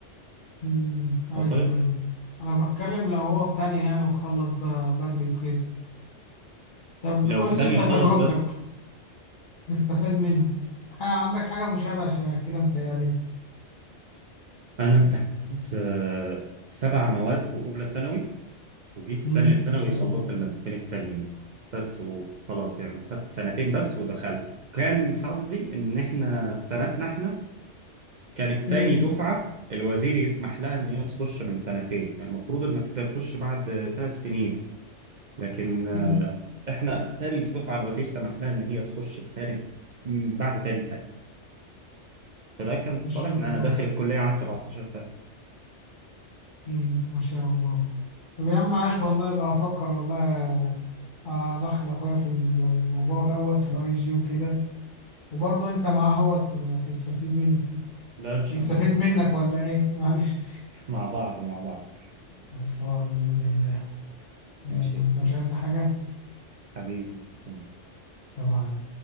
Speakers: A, on the left; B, on the right.
A: مم. أيوه
B: وصلت
A: أيوه أنا بتكلم لو هو في تانية يعني وخلص بقى بدري وكده طب
B: لو
A: قول
B: في تانية
A: لي أنت
B: وخلص
A: تجربتك
B: بقى
A: نستفاد منها آه، عندك حاجة مشابهة شبه كده متهيألي
B: أنا امتحنت آه، سبع مواد في أولى ثانوي وجيت في
A: امم
B: تانية
A: إن
B: ثانوي
A: شاء
B: خلصت
A: الله
B: المادتين التانيين بس وخلاص يعني خدت سنتين بس ودخلت كان حظي إن إحنا سنتنا إحنا كانت
A: امم
B: تاني دفعة الوزير يسمح لها إن هي تخش من سنتين يعني المفروض إنك تخش بعد ثلاث سنين لكن آه،
A: أمم،
B: إحنا تاني دفعة الوزير سمح لها إن هي تخش تاني م، بعد تاني سنة فده كان في
A: إن
B: صالحنا
A: شاء الله
B: أنا داخل الكلية عندي 17 سنة
A: امم ما شاء الله طب يا عم عاش والله بقى أفكر والله أدخل أخويا في الموضوع دوت في الأي جي وكده وبرضه أنت معاه هو تبقى تستفيد منه
B: لا إن شاء
A: يستفيد
B: الله إحنا
A: منك
B: مع بعض
A: ولا إيه؟ <laughs> معلش
B: <laughs> مع بعض مع بعض
A: خلصانة بإذن الله يلا
B: ماشي يا
A: أنت
B: كبير
A: مش عايز حاجة؟
B: حبيبي سلام.
A: سلام